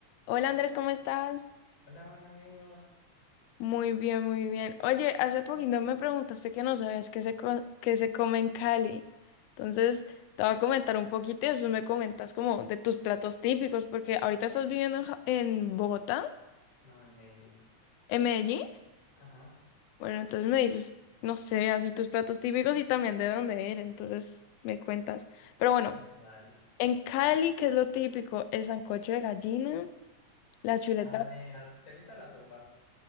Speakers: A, on the left; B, on the left.
A: Hola Andrés, ¿cómo estás?
B: Hola, Juana, ¿bien y vos?
A: Muy bien, muy bien. Oye, hace poquito me preguntaste que no sabías qué se, co- qué se come en Cali. Entonces, te voy a comentar un poquito y después me comentas como de tus platos típicos, porque ahorita estás viviendo en, Ja- en Bogotá,
B: No, en Medellín.
A: en Medellín.
B: Ajá.
A: Bueno, entonces me dices, no sé, así tus platos típicos y también de dónde eres. Entonces, me cuentas. Pero bueno,
B: Bueno, dale.
A: en Cali, ¿qué es lo típico? El sancocho de gallina, la chuleta.
B: Ah, nena, ¿te gustan las sopas?